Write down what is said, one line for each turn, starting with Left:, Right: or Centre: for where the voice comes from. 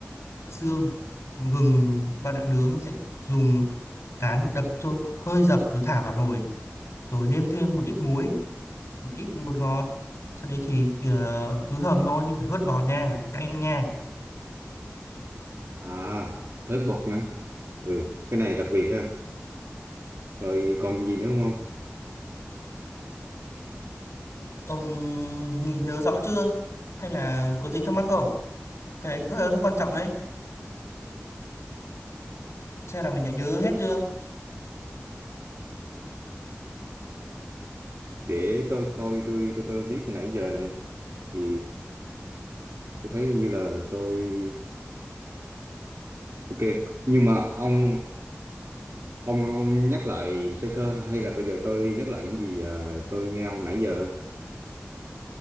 Left: xương gừng bạn đã nướng sẽ dùng cán đập cho hơi dập rồi thả vào nồi rồi nêm thêm một ít muối một ít bột ngọt sau đấy thì ờ, cứ hầm thôi nhưng phải hớt bọt nha phải canh nha
Right: à hớt bột nữa ừ cái này đặc biệt ha rồi còn gì nữa không không
Left: Ông nghĩ nhớ rõ chưa? Hay là có gì thắc mắc không? Cái bước đó rất quan trọng đấy. Xem là mình đã nhớ hết chưa?
Right: để tôi coi tôi tôi tôi viết hồi nãy giờ này thì tôi thấy như là tôi ok nhưng mà ông Ông, ông nhắc lại sơ sơ hay là bây giờ tôi nhắc lại những gì ờ, tôi nghe ông nãy giờ